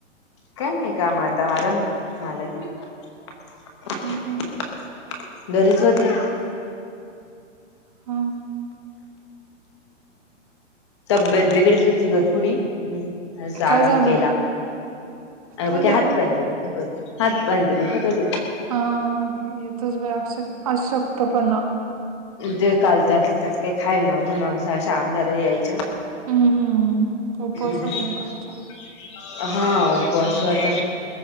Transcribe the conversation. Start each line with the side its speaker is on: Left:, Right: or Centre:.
Left: काय नाही काम आता आराम. <unintelligible>
Right: हम्म हम्म
Left: घरीच होते.
Right: हम्म.
Left: तब्येत बिघडली. ग थोडी अस
Right: काय
Left: आराम
Right: झालं
Left: केला अ
Right: काय
Left: ब
Right: झालं
Left: हात- पा- हात- पाय ते दुखत होते.
Right: हा.. येतोच बाई अशक्त.. अशक्तपणा
Left: ते काल त्यातले त्यात काय खायला नव्हतं ना अशा -अशा अंधारी यायच्या.
Right: हम्म हम्म उपवास
Left: <inaudible>
Right: होता ना कालचा
Left: हा उपवास होता.